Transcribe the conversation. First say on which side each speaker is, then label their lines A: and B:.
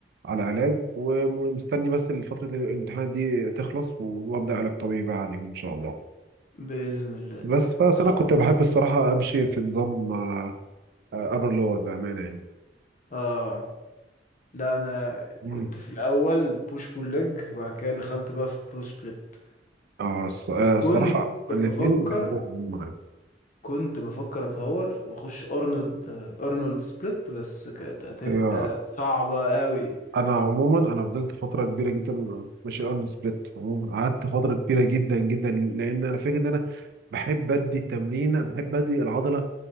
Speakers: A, on the right (about 60°); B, on the left (about 45°).
A: على علاج ومستني بس فترة الامتحان دي تخلص و- وأبدأ علاج طبيعي بقى عليهم إن شاء الله
B: باذن الله
A: بس بس
B: اه
A: أنا كنت بحب الصراحة أمشي في نظام أبر لور بأمانة يعني
B: اه لا انا
A: مم.
B: كنت في الاول بوش بول ليج وبعد كده دخلت بقى في برو سبليت
A: اه الص- آه،
B: وكنت
A: الصراحة
B: حلو
A: الاتنين
B: بفكر
A: بحبهم هم يعني.
B: كنت بفكر اتهور واخش ارنولد ارنولد سبليت بس كانت هتبقى
A: هي
B: صعبة قوي
A: انا عموما انا فضلت فتره كبيره جدا ماشي اون سبليت عموما قعدت فتره كبيره جدا جدا لان انا فاكر ان انا بحب ادي التمرين بحب ادي العضله